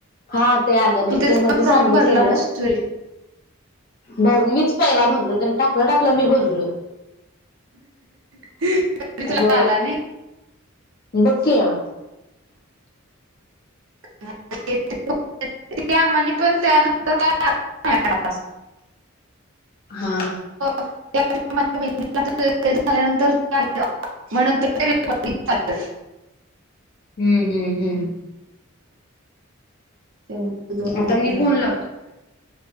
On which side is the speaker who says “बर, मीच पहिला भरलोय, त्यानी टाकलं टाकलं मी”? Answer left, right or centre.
Left